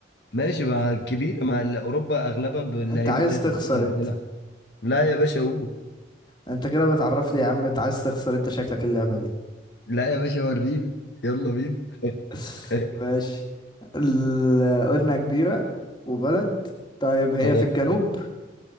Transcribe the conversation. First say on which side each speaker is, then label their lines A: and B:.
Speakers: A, on the left; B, on the left.
A: ماشي مع كبيرة مع ال- اوروبا اغلبها باللعيبة
B: انت عايز
A: بتاعت
B: تخسر
A: الفوتبول اللي
B: انت
A: بتلعب لا يا باشا قول
B: انت كده بتعرفني يا عم انت عايز تخسر انت شكلك اللعبة دي
A: لا يا باشا وريني يلا بينا
B: <laughs>
A: اه
B: ماشي ال- قلنا كبيرة وبلد طيب هي
A: آه،
B: في الجنوب